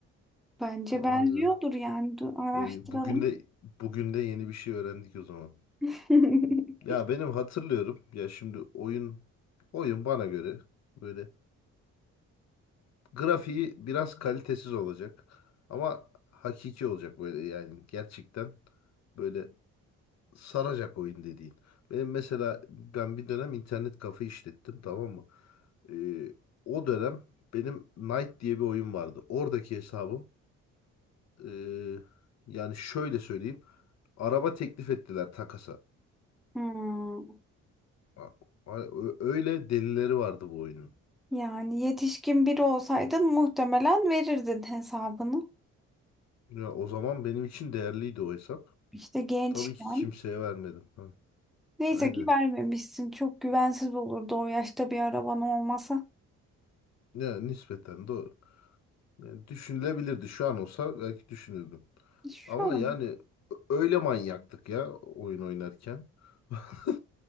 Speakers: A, in the centre; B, on the left.
A: Bence
B: Vay
A: benziyordur
B: be.
A: yani. Dur, araştıralım.
B: E, bugün de bugün de yeni bir şey öğrendik o zaman.
A: <laughs>
B: Ya benim hatırlıyorum ya şimdi oyun oyun bana göre böyle grafiği biraz kalitesiz olacak ama hakiki olacak böyle yani gerçekten böyle saracak oyun dediğin. Benim mesela ben bir dönem internet kafe işlettim tamam mı? Ee, o dönem benim Knight diye bir oyun vardı. Oradaki hesabım ee, yani şöyle söyleyeyim araba teklif ettiler takasa.
A: Hmm.
B: A- a- ö- Öyle delileri vardı bu oyunun.
A: Yani yetişkin biri olsaydın muhtemelen verirdin hesabını.
B: Ya o zaman benim için değerliydi o hesap.
A: İşte gençken.
B: Tabii ki kimseye vermedim. Ha,
A: Neyse
B: aynen.
A: ki vermemişsin. Çok güvensiz olurdu o yaşta bir araban olmasa.
B: Ya nispeten doğru. Yani düşünülebilirdi. Şu an olsa belki düşünürdüm.
A: Şu
B: Ama
A: an.
B: yani öyle manyaktık ya oyun oynarken. <laughs>